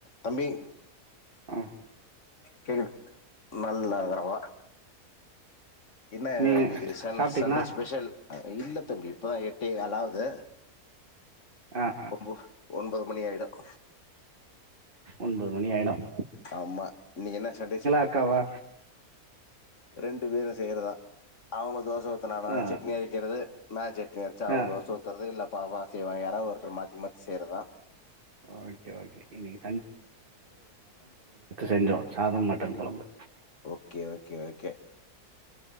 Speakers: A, on the left; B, on the right.
A: தம்பி
B: ஆஹ்
A: கேக்குது நல்லா இருங்கிறமா என்ன
B: நீங்க
A: இன்னைக்கு
B: சாப்ட்டீங்களா
A: சண்டே ஸ்பெஷல் இல்ல தம்பி இப்பதான் எட்டேகால்லாவுது
B: ஆ ஆ
A: நம்ப ஒன்பது மணி ஆயிடும்
B: ஒன்பது மணி ஆகிடும்
A: ஆமா இன்னிக்கு என்ன சண்டே ஸ்பெஷல்
B: அக்காவா
A: ரெண்டு பேரும் செய்றதான் அவங்க தோசை ஊத்துனா நான்
B: ஆ
A: சட்னி அரிக்கிறது நா சட்னி அரிச்ச அவங்க
B: ஆ
A: தோசை ஊத்துறது இல்ல அப்புடி செய்வான் யாராவது ஒருத்தர் மாத்தி மாத்தி செய்றதான்
B: ஓகே ஓகே இன்னைக்கு செஞ்சோம் சாதம் மட்டன் கொழம்பு
A: ஓகே ஓகே ஓகே